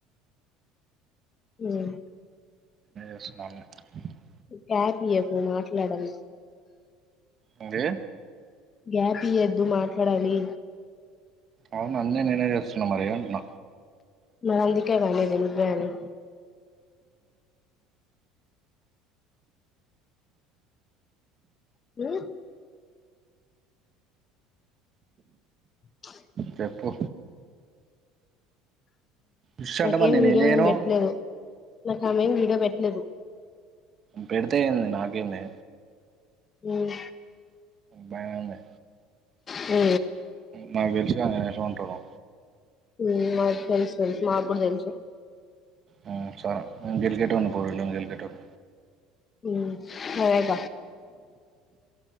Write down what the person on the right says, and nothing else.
<unintelligible>
ఏంది
అవును అన్నీ నేనే చేస్తున్నా మరి అంటున్న.
చెప్పు ఉష్
అంటే మరి
నేనేం జేయ్ను.
పెడితే ఏంది నాకేంది
బాగుంది
నాకు తెెలిసిగా నేనే ఉంటాను
మ్ సరే ఎజళ గట వన్న పోర్లోంగజల్ గటన్